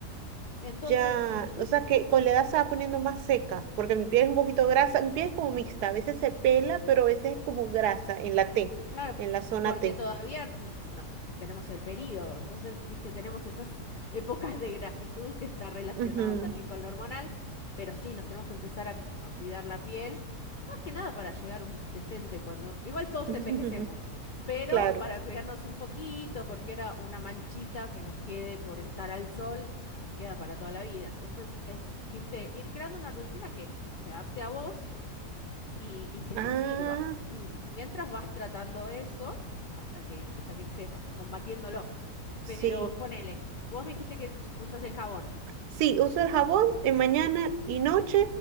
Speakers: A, on the left; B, on the right.
A: Entonces,
B: Ya,
A: yo
B: o sea que con la edad se va poniendo más seca, porque mi piel es un poquito grasa, mi piel es como mixta, a veces se pela, pero a veces es como grasa en la T,
A: Claro,
B: en la zona
A: porque
B: T.
A: todavía n- no sé, tenemos el periodo, entonces, viste, tenemos esas <laughs> épocas de grasitud que está relacionado
B: Ujú.
A: también con lo hormonal, pero sí, nos tenemos que empezar a, a cuidar la piel, más que nada para llegar un decente cuando, igual todos
B: <laughs>
A: envejecemos, pero
B: Claro.
A: para cuidarnos un poquito, porque era una manchita que nos quede por estar al sol, nos queda para toda la vida, entonces es, viste, ir creando una rutina que se adapte a vos y, y que
B: Ah,
A: te sirva. Y mientras vas tratando eso hasta que, hasta que sepas o combatiéndolo.
B: sí.
A: Pero ponele, vos me dijiste que usas el jabón.
B: Sí, uso el jabón en mañana y noche.